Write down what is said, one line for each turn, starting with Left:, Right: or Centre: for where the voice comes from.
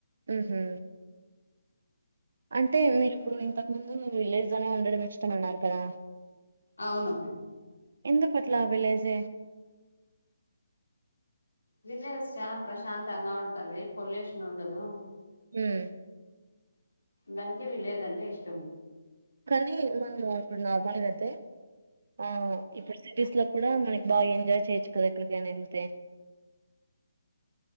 Right: ఉమ్ హు అంటే మీరిప్పుడు ఇంత ముందు మీరు విలేజ్ లోనే ఉండడం ఇష్టమన్నారు కదా
Left: అవును
Right: ఎందు కట్ల విలేజే
Left: విలేజ్ చాలా ప్రశాంతంగా ఉంటది పొల్యూషన్ ఉండదు
Right: ఉమ్
Left: దానికి విలేజ్ అంటే ఇష్టం
Right: కానీ మనము ఇప్పుడు నార్మల్గా అయితే ఆ ఇప్పుడు సిటీస్ లో కూడా మన బా ఎంజాయ్ చేయొచ్చు కదా ఎక్కడికైనా యెళ్తే